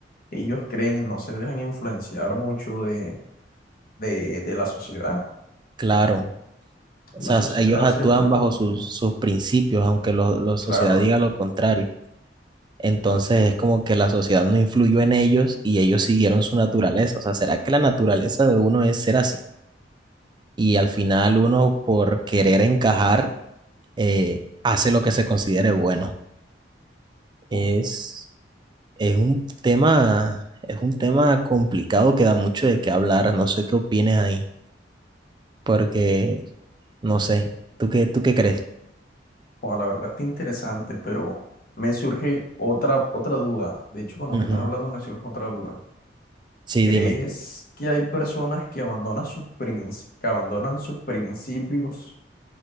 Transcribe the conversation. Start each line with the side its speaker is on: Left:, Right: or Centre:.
Left: ellos creen, no se dejan influenciar mucho de, de, de la sociedad.
Right: Claro. O
Left: La
Right: sea,
Left: sociedad
Right: ellos actúan
Left: siempre como
Right: bajo sus,
Left: que,
Right: sus principios, aunque lo- la sociedad
Left: claro,
Right: diga lo contrario. Entonces es como que la sociedad no influyó en ellos y ellos siguieron su naturaleza. O sea, ¿será que la naturaleza de uno es ser así? Y al final uno, por querer encajar, eh, hace lo que se considere bueno. Es,
Left: uf,
Right: es un tema, es un tema complicado que da mucho de qué hablar. No sé qué opines ahí. porque no sé. ¿Tú qué, tú qué crees?
Left: o la verdad está interesante, pero me surge otra, otra duda. De hecho, con lo
Right: Ujú.
Left: que estás hablando me surge otra duda.
Right: Sí,
Left: ¿Crees
Right: dime.
Left: que hay personas que abandonan sus princ- que abandonan sus principios